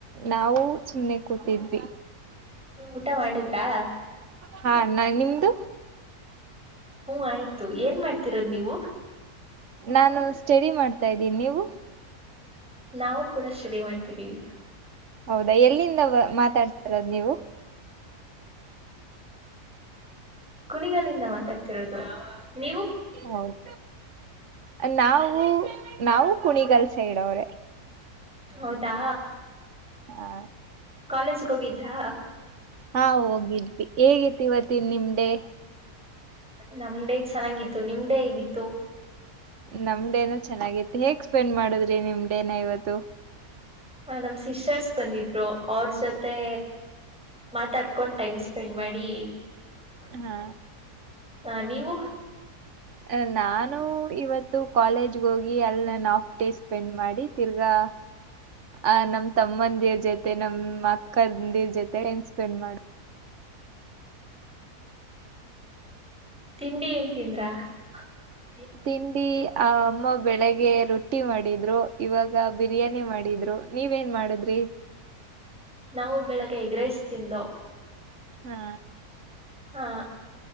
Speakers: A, on the right; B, in the centre.
A: ನಾವು ಸುಮ್ಮನೆ ಕೂತಿದ್ವಿ
B: ಊಟ ಮಾಡುದ್ರಾ
A: ಹಾ ನಾ ನಿಮ್ದು
B: ಹ್ಮ್ ಆಯ್ತು ಏನ್ ಮಾಡ್ತಿರೋದ್ ನೀವು
A: ನಾನು ಸ್ಟಡಿ ಮಾಡ್ತಾ ಇದ್ದೀನಿ ನೀವು
B: ನಾವು ಕೂಡ ಸ್ಟಡಿ ಮಾಡ್ತಿದ್ದೀವಿ
A: ಹೌದಾ ಎಲ್ಲಿಂದ ಮಾತಾಡ್ತಿರೋದ್ ನೀವು
B: ಕುಣಿಗಲ್ ಇಂದ ಮಾತಾಡ್ತಿರೋದು ನೀವು
A: ಹೌದು ನಾವು ನಾವು ಕುಣಿಗಲ್ ಸೈಡ್ವ್ರೇ
B: ಹೌದಾ
A: ಹಾ
B: ಕಾಲೇಜ್ಗೆ ಹೋಗಿದ್ರಾ
A: ಹಾ ಹೋಗಿದ್ವಿ ಹೇಗಿತಿ ಇವತ್ತು ನಿಂಮಡೆ
B: ನಮ್ ಡೇ ಚೆನ್ನಾಗಿತ್ತು ನಿಮ್ ಡೇ ಹೇಗಿತ್ತು
A: ನಮ್ ಡೇನ ಚೆನ್ನಾಗಿತ್ತು ಹೇಗ್ ಸ್ಪೆಂಡ್ ಮಾಡುದ್ರಿ ನಿಮ್ ಡೇನ ಇವತ್ತು.
B: ಹ ನಮ ಸಿಸ್ಟರ್ಸ್ ಬಂದಿದ್ರು ಅವ್ರ ಜೊತೆ ಮಾತಾಡ್ಕೊಂಡ್ ಟೈಮ್ ಸ್ಪೆಂಡ್ ಮಾಡಿ.
A: ಹಾ
B: ಹಾ ನೀವು
A: ಅ ನಾನು ಇವತ್ತು ಕಾಲೇಜ್ ಹೋಗಿ ಅಲ್ಲಿ ನನ್ ಆಫ್ ಡೇ ಸ್ಪೆಂಡ್ ಮಾಡಿ ತಿರ್ಗಾ ಆ ನಮ್ ತಮ್ಮಂದಿರ್ ಜೊತೆ ನಮ್ ಅಕ್ಕಂದಿ ಜೊತೆ ಟೈಮ್ ಸ್ಪೆಂಡ್ ಮಾಡ
B: ತಿಂಡಿ ಏನ್ ತಿಂದ್ರಾ ಹ
A: ತಿಂಡಿ ಆ ಅಮ್ಮ ಬೆಳಿಗ್ಗೆ ರೊಟ್ಟಿ ಮಾಡಿದ್ರು ಇವಾಗ ಬಿರಿಯಾನಿ ಮಾಡಿದ್ರು. ನೀವೇನ್ ಮಾಡುದ್ರಿ
B: ನಾವು ಬೆಳಗ್ಗೆ ಎಗ್ರೀಸ್ ತಿಂಡ್ವೂ <unintelligible>
A: ಹಾ
B: ಹಾ